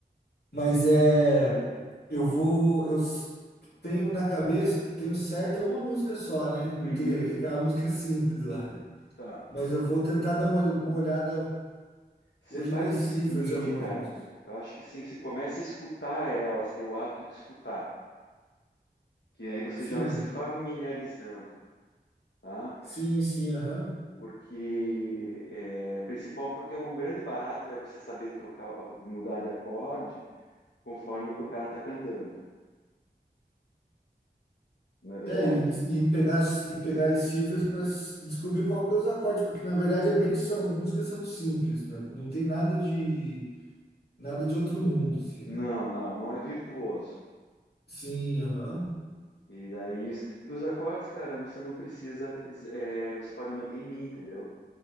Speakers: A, on the left; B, on the left.
A: Mas é. Eu vou. Eu s- tenho na cabeça, tenho certa uma música só, né? Inteira,
B: uhum,
A: que é aquela música <laughs> simples lá, né?
B: tá.
A: Mas eu vou tentar dar uma, uma olhada
B: Você
A: hoje
B: faz
A: nas
B: o
A: cifras
B: seguinte,
A: de algumas
B: cara.
A: músicas.
B: Eu acho que sim, você começa a escutar elas, ter o hábito de escutar, que aí você
A: Sim,
B: já vai se familiarizando, tá?
A: sim, sim, aham.
B: Porque é principal, porque o grande barato é você saber trocar, mudar de acorde conforme o que o cara tá cantando, não é verdade?
A: É, e, e pegar, as- e pegar as cifras para descobrir qual que é os acordes, porque na verdade é bem são, as músicas são simples, né? Não tem nada de nada de outro mundo, assim,
B: Não,
A: né?
B: não, não é virtuoso.
A: Sim, aham.
B: E daí, os- e os acordes, cara, você não precisa, des- é, você pode manter em mim, entendeu?